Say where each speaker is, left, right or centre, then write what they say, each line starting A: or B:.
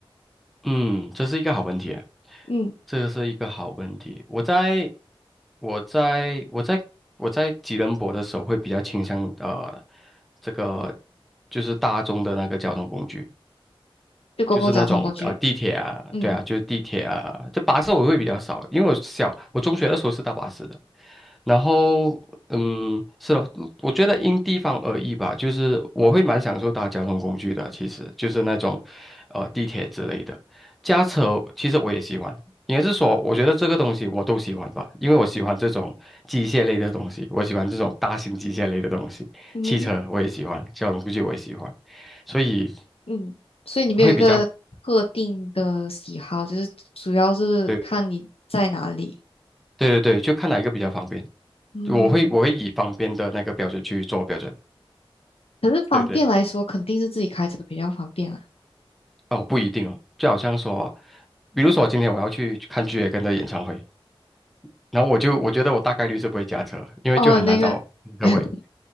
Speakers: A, in the centre; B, on the left (about 80°).
A: 嗯，这是一个好问题，
B: 嗯
A: 这是一个好问题。我在，我在，我在，我在吉隆坡的时候，会比较倾向呃，这个就是大众的那个交通工具。
B: 就公共交通工具，
A: 就是那种啊、呃地铁啊，
B: 嗯，
A: 对啊，就是地铁啊，这巴士我会比较少，因为我小我中学的时候是搭巴士的，然后嗯是的，我觉得因地方而异吧，就是我会蛮享受搭交通工具的，其实就是那种呃地铁之类的，驾车其实我也喜欢，应该是说我觉得这个东西我都喜欢吧，因为我喜欢这种机械类的东西，我喜欢这种大型机械类的东西，
B: 嗯
A: 汽车我也喜欢，交通估计我也喜欢，所以
B: 嗯，所以你没有一个特定的喜好，
A: 会比较。
B: 就是主要是看你在哪里，
A: 对。对对对，就看哪一个比较方便。
B: 嗯，
A: 我会我会以方便的那个标准去做标准。
B: 可是方便来说，
A: 对对，
B: 肯定是自己开车比较方便啊。
A: 哦，不一定哦，就好像说，比如说今天我要去看 g 野根的演唱会，然后我就我觉得我大概率是不会驾车，因为就很难找停车位。
B: 哦，那个 <laughs>